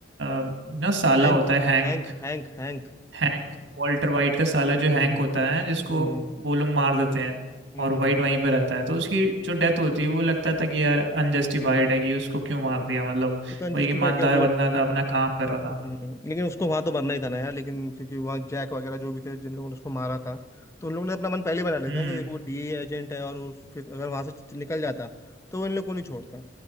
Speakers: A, on the right; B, on the left.
A: अ, ना साला
B: हैंक
A: होता है हैंक
B: हैंक हैंक हैंक
A: हैंक वॉल्टर वाइट का साला जो
B: हम्म
A: हैंक होता है जिसको
B: हम्म
A: वो लोग मार देते हैं
B: हम्म
A: और
B: हम्म।
A: वाइट वहीं पे रहता है तो उसकी जो डेथ होती है वो लगता था कि यार अनजस्टिफाइड है कि उसको क्यों मार दिया मतलब
B: वो तो अनजस्टिफाइड
A: वो एक ईमानदार
B: क्या वो
A: बंदा था अपना काम कर रहा
B: हम्म,
A: था
B: लेकिन उसको वहां तो मरना ही था ना यार लेकिन क्योंकि वहाँ जैक वगैरह जो भी थे जिन लोगों ने उसको मारा था तो उन लोगों ने अपना मन पहले ही बना लेते
A: हम्म
B: हैं कि देखो वो डीए एजेंट है और उस- फिर अगर वहां से निकल जाता तो वो इन लोग को नहीं छोड़ता